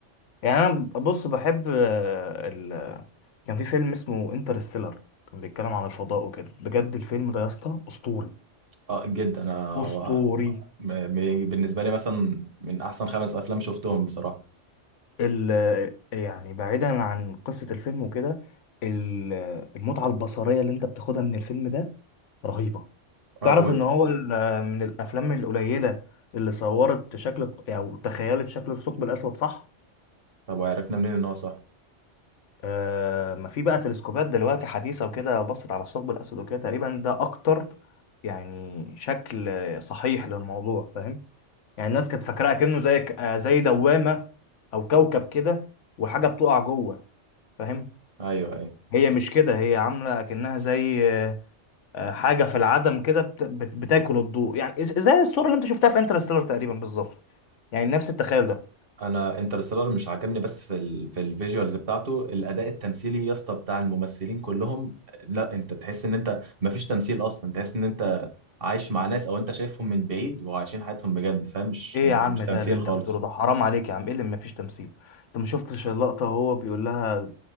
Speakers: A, on the left; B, on the right.
A: يعني انا بص بحب آه، ال... كان في فيلم اسمه انترستيلر كان بيتكلم عن الفضاء وكده بجد الفيلم ده يا اسطى اسطوري
B: اه جدا انا
A: اسطوري
B: ب- ب- بالنسبة لي مثلا من أحسن خمس أفلام شفتهم بصراحة
A: ال... يعني بعيدا عن قصة الفيلم وكده ال- المتعة البصرية اللي انت بتاخدها من الفيلم ده رهيبة
B: اه
A: تعرف
B: و-
A: ان هو ال- من الافلام القليلة اللي صورت شكل الط- او يعني تخيلت شكل الثقب الاسود صح
B: طب وعرفنا منين إن هو صح
A: آه، ما في بقى تلسكوبات دلوقتي حديثة وكده بصت على الثقب الأسود وكده تقريبا ده أكتر يعني شكل صحيح للموضوع فاهم يعني الناس كانت فاكراه كأنه زي ك- آه، زي دوامة أو كوكب كده وحاجة بتقع جوه فاهم
B: أيوه أيوه
A: هي مش كده هي عاملة كأنها زي آه، آه، حاجة في العدم كده بت- بت- بتاكل الضوء يعني إز- زي الصورة اللي أنت شفتها في انترستيلر تقريبا بالظبط يعني نفس التخيل ده
B: أنا انترستيلر مش عجبني بس في ال في الفيجوالز بتاعته الأداء التمثيلي يا اسطى بتاع الممثلين كلهم لا أنت تحس إن أنت مفيش تمثيل أصلا تحس إن أنت عايش مع ناس أو أنت شايفهم من بعيد وعايشين حياتهم بجد فاهم مش
A: ايه
B: م-
A: يا عم
B: مش تمثيل
A: ده اللي انت
B: خالص
A: بتقوله ده حرام عليك يا عم ايه اللي مفيش تمثيل انت ما شفتش اللقطة وهو بيقول لها